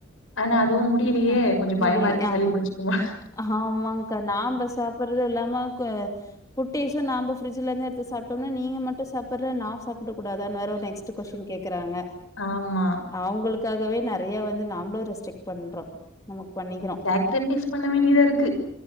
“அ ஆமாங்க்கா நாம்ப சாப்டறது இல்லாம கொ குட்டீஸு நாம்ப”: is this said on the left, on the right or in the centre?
Left